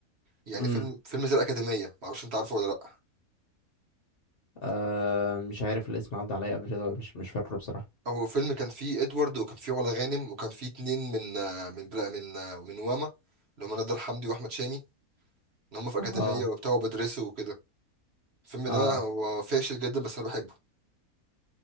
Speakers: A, on the right; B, on the left.
A: يعني
B: امم
A: فيلم فيلم زي الاكاديميه معرفش انت عارفه ولا لا
B: آه مش عارف الاسم عدى عليا قبل كده ولا مش مش فاكره بصراحه
A: هو فيلم كان فيه ادوارد وكان فيه علا غانم وكان فيه اتنين من آه، من بلا من آه، من واما اللي هم نادر حمدي واحمد شامي ان هم في اكاديميه
B: اه
A: وبتاع وبيدرسوا وكده الفيلم
B: اه
A: ده هو فاشل جدا بس انا بحبه